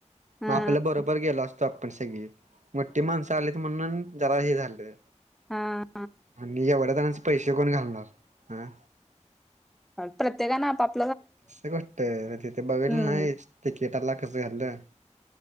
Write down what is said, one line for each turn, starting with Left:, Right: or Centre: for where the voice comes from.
Centre: हा
Right: मग आपलं बरोबर गेलो असतो आपण सगळी, मोठी माणसं आलीत म्हणून जरा हे झालं
Centre: हां.
Right: आणि एवढ्या जणांच पैशे कोण घालणार,, हं.
Centre: प्रत्येकानं आपाप
Right: कशी गोश्ट, तीत बघितल
Centre: हम्म
Right: नाहीस, तिकीटाला कसं घालं.